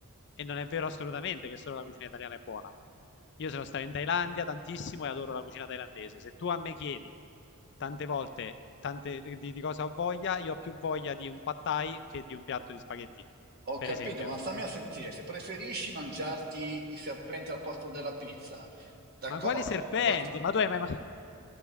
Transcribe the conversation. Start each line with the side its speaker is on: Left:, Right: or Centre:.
Left: e non è vero assolutamente che solo la cucina italiana è buona. Io sono stato in Thailandia tantissimo e adoro la cucina thailandese. Se tu a me chiedi tante volte tante, di, di cosa ho voglia, io ho più voglia di un pad thai che di un piatto di spaghetti,
Right: Ho
Left: per
Right: capito,
Left: esempio.
Right: ma stammi a sentire, se preferisci mangiarti i serpenti al posto della pizza, d'accordo,
Left: Ma quali serpenti?
Right: va tu-
Left: Ma tu hai mai, ma-